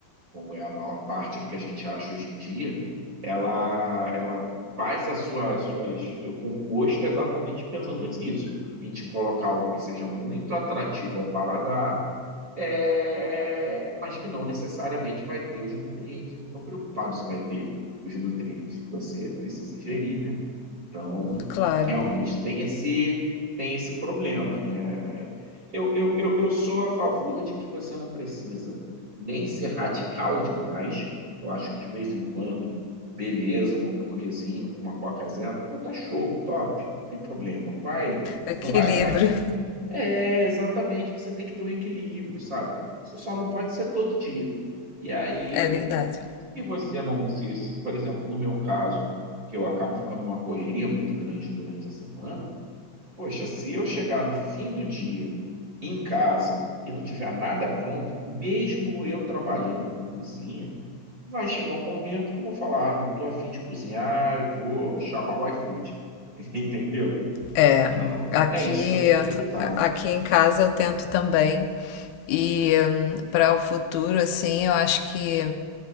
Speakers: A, on the right (about 30°); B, on the left (about 85°).
A: como é a maior parte do que a gente acha hoje em dia, ela, ela faz as suas, suas, seu composto exatamente pensando nisso. A gente colocar algo que seja muito atrativo ao paladar, é, mas que não necessariamente vai ter os nutrientes. Não estou preocupado se vai ter os nutrientes que você precisa ingerir, né? Então,
B: Claro.
A: realmente tem esse, tem esse problema, né? Eu, eu, eu, eu sou a favor de que você não precisa nem ser radical demais. Eu acho que de vez em quando, beleza, um hambúrguerzinho com uma Coca Zero, pô, tá show, top, não tem problema, não vai,
B: Equilíbrio,
A: não vai, não vai te... É, exatamente, você tem que ter um equilíbrio, sabe? Isso só não pode ser todo dia. E aí
B: é verdade.
A: se você não se, se- por exemplo, no meu caso, que eu acabo ficando numa correria muito grande durante a semana, poxa, se eu chegar no fim do dia em casa e não tiver nada pronto, mesmo eu trabalhando com cozinha, vai chegar um momento que eu vou falar, ah, não estou afim de cozinhar e vou chamar o iFood, <laughs> entendeu?
B: É,
A: Tá. Então,
B: aqui,
A: é isso que eu tento evitar.
B: aqui em casa eu tento também. E para o futuro, assim, eu acho que